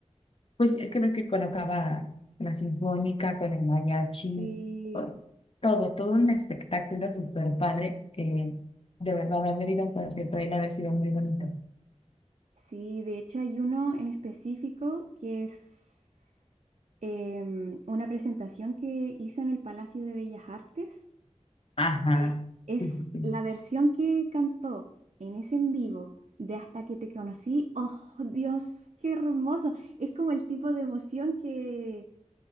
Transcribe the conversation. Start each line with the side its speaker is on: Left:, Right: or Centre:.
Left: pues es que ves que colocaba la sinfónica con el mariachi,
Right: Sí,
Left: con todo, todo un espectáculo súper padre que de verdad haber ido a un concierto de él ha de haber sido muy bonito.
Right: Sí, de hecho hay uno en específico que es em, una presentación que hizo en el Palacio de Bellas Artes
Left: Ajá,
Right: Eh, Es
Left: sí, sí, sí.
Right: la versión que cantó en ese en vivo de Hasta que te conocí. ¡Oh, Dios, qué hermoso! Es como el tipo de emoción que,